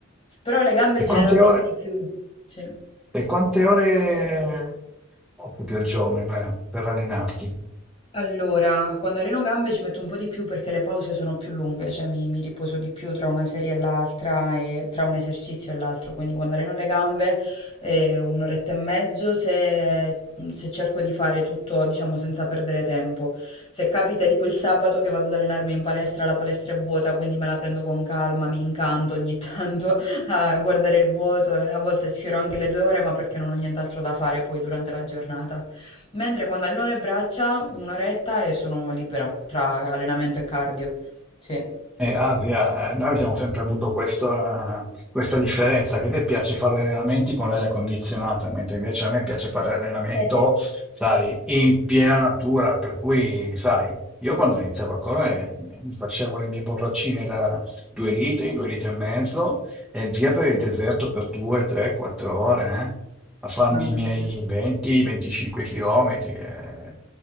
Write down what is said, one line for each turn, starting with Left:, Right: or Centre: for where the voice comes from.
Left: Però le gambe
Centre: E
Left: generalmente
Centre: quante ore,
Left: di più, sì.
Centre: e quante ore occupi al giorno eh, per allenarti?
Left: Allora, quando alleno gambe ci metto un po' di più perché le pause sono più lunghe, cioè mi, mi riposo di più tra una serie e l'altra e tra un esercizio e l'altro, quindi quando alleno le gambe eh, un'oretta e mezzo se, se cerco di fare tutto, diciamo, senza perdere tempo. Se capita tipo il sabato che vado ad allenarmi in palestra, la palestra è vuota, quindi me la prendo con calma, mi incanto ogni tanto <laughs> a guardare il vuoto, e a volte sfioro anche le due ore, ma perché non ho nient'altro da fare poi durante la giornata. Mentre quando alleno le braccia, un'oretta e sono libera tra allenamento e cardio. Sì.
Centre: Eh, Asia, eh, noi abbiamo sempre avuto questa, questa differenza che a te piace fare allenamenti con l'aria condizionata, mentre invece a me piace fare allenamento,
Left: <laughs>
Centre: sai, in piena natura, per cui, sai, io quando iniziavo a correre eh, mi facevo le mie borraccine da due litri, due litri e mezzo e via
Left: secondo
Centre: per
Left: me.
Centre: il deserto per due, tre, quattro ore, eh, a farmi
Left: Mamma
Centre: i miei
Left: mia.
Centre: 20-25 chilometri, eh.